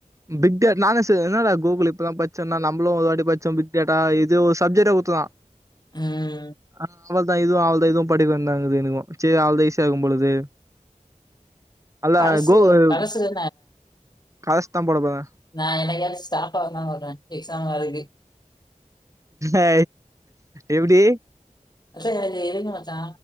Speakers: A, on the right; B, on the left.
A: பிக்டே நானு செரி என்னடா கோகுல் இப்பதா பச்சோம்னா நமளு ஒருவாட்டி பச்சம் பிக்டேட்டா இது சப்ஜெக்ட குத்துக்கா
B: ம்
A: ஆ அவள்தா இதுவு அவள்தா இதுவு படிக்க வெண்டிதாகுது எனக்கு செரி அவள்தா ஈசிய இருக்கும் பொழுது அல்ல
B: கடைசியில
A: கோகுல்
B: கடைசியில
A: காசு தா போடப்போற
B: நா என்னைகாச்சு ஸ்டாப் ஆ வந்தாலோ வருவே எக்ஸாம் ஹாலுக்கு
A: ஏ எப்டி
B: மச்சா எனக்கு எதுக்கு மச்சா